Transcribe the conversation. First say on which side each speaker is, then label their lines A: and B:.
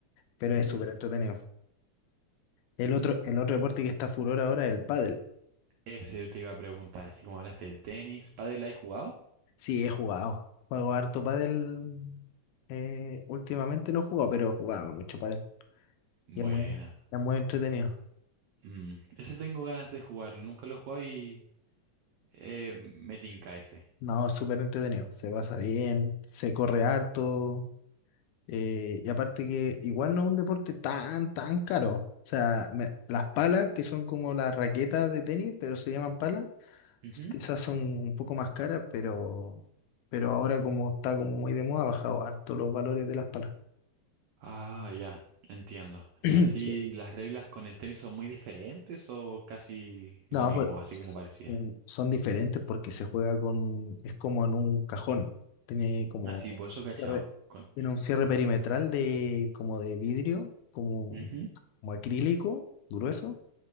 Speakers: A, on the left; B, on the right.
A: pero
B: Mm.
A: es súper entretenido. El otro, el otro deporte que está furor ahora es el pádel.
B: Ese te iba a preguntar, así como hablaste del tenis, ¿pádel has jugado?
A: Sí, he jugado. Juego harto pádel. eh, últimamente no he jugado, pero jugaba mucho pádel.
B: Buena.
A: Y es muy, es muy entretenido.
B: Mm, Ese tengo ganas de jugarlo, nunca lo he jugado y eh, me tinca ese.
A: No, es súper entretenido. Se pasa bien, se corre harto. Eh, y aparte que igual no es un deporte tan, tan caro. O sea, me- las palas, que son como las raquetas de tenis, pero se llaman palas,
B: Ujú.
A: s- quizás son un poco más caras, pero, pero ahora como está como muy de moda, ha bajado harto los valores de las palas.
B: Ah, ya, entiendo.
A: <clears throat>
B: ¿Y así
A: Sí.
B: las reglas con el tenis son muy diferentes o casi
A: No,
B: lo mismo,
A: pues
B: así como parecía?
A: mm, son diferentes porque se juega con, es como en un cajón. Tiene como
B: Así,
A: un
B: bozo cachado.
A: cierre,
B: Con...
A: tiene un cierre perimetral de como de vidrio, como,
B: Ujú.
A: como acrílico, grueso